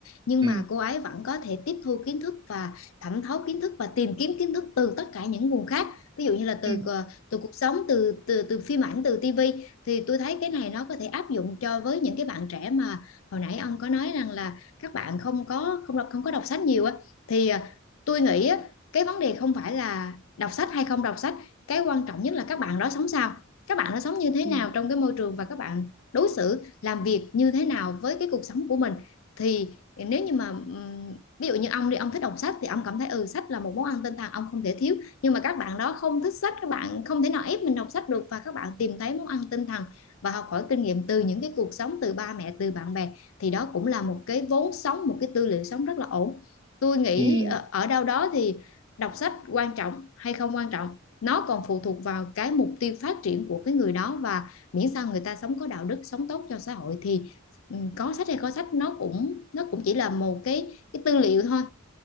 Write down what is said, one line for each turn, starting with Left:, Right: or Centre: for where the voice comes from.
Left: nhưng
Right: ừ
Left: mà cô ấy vẫn có thể tiếp thu kiến thức và thẩm thấu kiến thức và tìm kiếm kiến thức từ tất cả những nguồn khác ví dụ như là từ
Right: ừ
Left: ờ, từ cuộc sống từ từ từ phim ảnh từ tivi thì tôi thấy cái này nó có thể áp dụng cho với những cái bạn trẻ mà hồi nãy ông có nói rằng là các bạn không có không đọc không có đọc sách nhiều á thì ờ, tôi nghĩ á cái vấn đề không phải là đọc sách hay không đọc sách cái quan trọng nhất là các bạn đó sống sao các bạn đó sống như thế
Right: ừ
Left: nào trong cái môi trường và các bạn đối xử làm việc như thế nào với cái cuộc sống của mình thì nếu như mà ví dụ như ông đi ông thích đọc sách thì ông cảm thấy ừ sách là một món ăn tinh thần ông không thể thiếu nhưng mà các bạn đó không thích sách các bạn không thể nào ép mình đọc sách được và các bạn tìm thấy món ăn tinh thần và học hỏi kinh nghiệm từ những cái cuộc sống từ ba mẹ từ bạn bè thì đó cũng là một cái vốn sống một cái tư liệu sống rất là ổn tôi nghĩ
Right: ừ
Left: ờ, ở đâu đó thì đọc sách quan trọng hay không quan trọng nó còn phụ thuộc vào cái mục tiêu phát triển của cái người đó và miễn sao người ta sống có đạo đức sống tốt cho xã hội thì ừ, có sách hay có sách nó cũng nó cũng chỉ là một cái cái tư liệu thôi